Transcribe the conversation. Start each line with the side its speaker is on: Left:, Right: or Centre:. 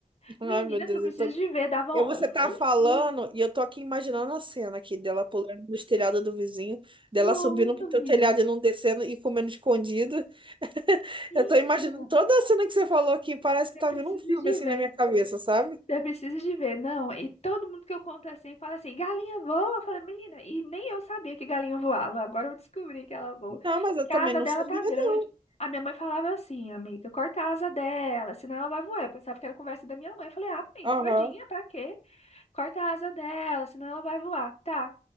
Right: Ai,
Left: Menina,
Right: meu Deus,
Left: tu precisa
Right: eu tô...
Left: de ver, dava um,
Right: eu- você tá
Left: um
Right: falando
Left: filme.
Right: e eu tô aqui imaginando a cena aqui dela pulando no telhado do vizinho, dela
Left: Nossa,
Right: subindo pro teu
Left: menina.
Right: telhado e não descendo e comendo escondido. <laughs>
Left: Menina,
Right: Eu tô imaginando toda a cena que você falou aqui, parece
Left: você
Right: que tá
Left: precisa
Right: vendo um filme
Left: de
Right: assim
Left: ver.
Right: na minha cabeça, sabe?
Left: Eu precisa de ver, não. E todo mundo que eu conto assim fala assim: galinha voa. Eu falei, menina, e nem eu sabia que galinha voava. Agora eu descobri que ela voa.
Right: Não, mas
Left: Porque
Right: eu também
Left: a asa
Right: não
Left: dela
Right: sabia,
Left: tá grande.
Right: não.
Left: A minha mãe falava assim, amiga, corta a asa dela, senão ela vai voar. Eu pensava que era conversa da minha mãe. Eu falei, ah, mãe,
Right: Aham.
Left: tadinha, pra quê? Corta a asa dela, senão ela vai voar. Tá.